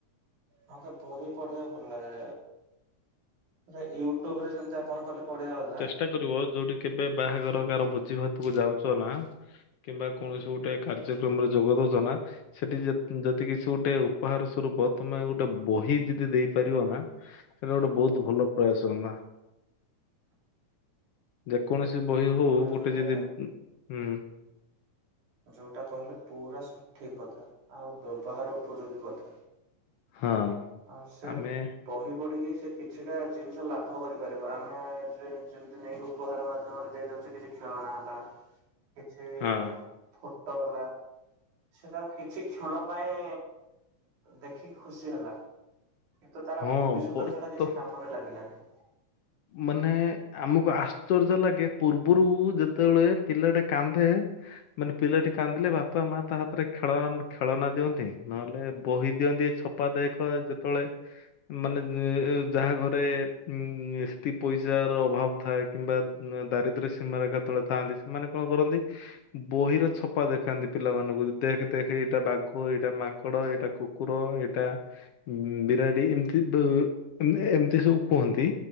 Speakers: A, on the right; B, on the left.
A: ହଁ ପ୍ରଥମରୁ ହିଁ ପଢିବା ଭଲ ଲାଗେ। <unintelligible> ୟୁଟୁବରେ ଯେମତି ଆପଣ କହିଲେ ପଢିବା କଥା
B: ଟା କରିବ ଯୋଉଠି କେବେ ବାହାଘର କାହାର ଭୋଜି ଭାତୁକୁ ଯାଉଚ ନା କିମ୍ବା କୌଣସି ଗୋଟେ କାର୍ଯ୍ୟକ୍ରମରେ ଯୋଗ ଦଉଛ ନା। ସେଠି ଯ ଯଦି କିଛି ଗୋଟେ ଉପହାର ସ୍ୱରୂପ ତମେ ଗୋଟେ ବହି ଯଦି ଦେଇପାରିବ ନା ତାହେଲେ ଗୋଟେ ବହୁତ୍ ଭଲ ପ୍ରୟାସ ହୁଅନ୍ତା। ଯେକୌଣସି ବହି ହଉ
A: ଯୋଉଟା
B: ଗୋଟେ
A: କହିଲେ
B: ଯଦି ଉଁ
A: ଯୋଉଟା କହିଲେ ପୁରା ସଠିକ୍ କଥା ଆଉ ବ୍ୟବହାର ଉପଯୋଗୀ କଥା।
B: ହଁ।
A: ଆଉ ସେ
B: ଆମେ
A: ବହି ପଢ଼ିକି ସେ କିଛିଟା ଜିନିଷ ଲାଭ କରିପାରିବ ଆମେ ଯେ ଯେମିତି ନେଇକି ଉପହାର ମାଧ୍ୟମରେ ଦେଇ ଦଉଚେ କିଛି ଖେଳନା ହେଲା। କିଛି
B: ହଁ
A: ଫଟୋ ହେଲା। ସେଟା କିଛି କ୍ଷଣ ପାଇଁ ଦେଖିକି ଖୁସି ହେଲା। କିନ୍ତୁ ତାର
B: ହଁ
A: ଭବିଷ୍ୟତରେ
B: ବର୍ତ୍ତ
A: ସେଟା କିଛି କାମରେ ଲାଗିଲାନି।
B: ମାନେ ଆମକୁ ଆଶ୍ଚର୍ଯ୍ୟ ଲାଗେ ପୂର୍ବରୁ ଯେତେବେଳେ ପିଲାଟା କାନ୍ଦେ ମାନେ ପିଲାଟି କାନ୍ଦିଲେ ବାପା ମା ତା ହାତରେ ଖେଳ ଖେଳନା ଦିଅନ୍ତି ନହେଲେ ବହି ଦିଅନ୍ତି ଛ ଛପା ଦେଖ ଯେତେବେଳେ ମାନେ ଉଁ ଉଁ ଯାହା ଘରେ ଉଁ <unintelligible> ପଇସା ର ଅଭାବ ଥାଏ କିମ୍ବା ଦାରିଦ୍ର୍ୟ ସୀମାରେଖା ତଳେ ଥାଆନ୍ତି ସେମାନେ କଣ କରନ୍ତି ବହିର ଛପା ଦେଖାନ୍ତି ପିଲାମାନଙ୍କୁ ଦେଖେ ଦେଖେ ଏଇଟା ବାଘ ଏଇଟା ମାଙ୍କଡ଼ ଏଇଟା କୁ କୁକୁର ଏଇଟା ବିରାଡ଼ି ଏମିତି ବି ଏମିତି ସବୁ କୁହନ୍ତି।